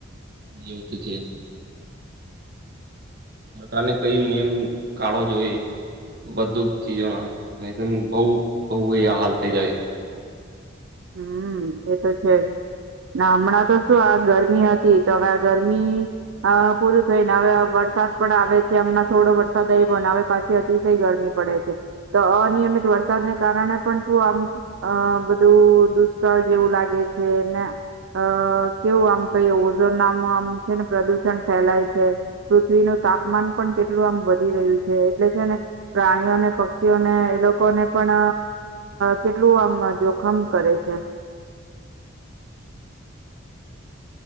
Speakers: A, on the right; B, on the right.
A: એવું તો છે સરકારને કઈ નિયમ કાઢવો જોઈએ બધું ચીજો ના ન બહ બહ એ હાલ થઈ જાય
B: હમ એ તો છે જ હમણાં તો શું આ ગરમી હતી તો હવે આ ગરમી પૂરું થઈને હવે વરસાદ પણ આવે છે હમણા થોડો વરસાદ આવ્યોને હવે પાછી અતિશય ગરમી પડે છે તો અનિયમિત વરસાદને કારણે પણ શું આમ અ બધું દુષ્કળ જેવું લાગે છે ને અ કેવું આમ કહીએ ઓઝો નામનું આમ છે ને પ્રદુષણ ફેલાય છે પૃથ્વીનું તાપમાન પણ કેટલું આમ વધી રહ્યું છે એટલે છે ને પ્રાણીઓને પક્ષીઓને એ લોકોને પણ કેટલું આમ જોખમ કરે છે <inaudible>